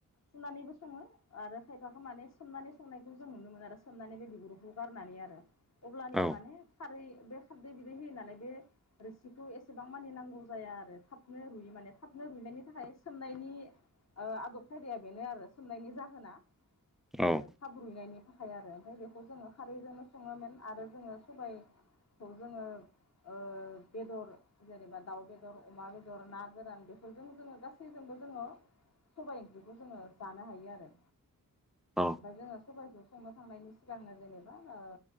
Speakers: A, on the left; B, in the centre.
A: सुनानैबो सङो आरो खायफाखौ माने सोमनानै संनायखौ जों नुनो मोनो आरो सोमनानै बे बिगुरखौ गारनानै आरो। अब्लानिया
B: औ
A: माने खारै बे खारदै बिदै होयो नालाय बे रोसिखौ एसेबां मानि नांगौ जाया आरो थाबनो रुइयो माने थाबनो रुइनायनि थाखाय सोमनायनि ओ आदब खायदाया बेनो आरो सोंनायनि जाहोना
B: औ
A: ओ थाब रुइनायनि थाखाय आरो ओमफ्राय बेखौ जोङो खारैजोंनो सङोमोन। आरो जोङो सबायखौ जोङो ओ बेदर जेनेबा दाउ बेदर, अमा बेदर, ना गोरान बेफोरजों जोङो गासैजोंबो जोङो सबाय ओंख्रिखौ जोङो जानो हायो आरो।
B: औ।
A: ओमफाय जोङो सबायखौ संनो थांनायनि सिगांनो जेनेबा ओ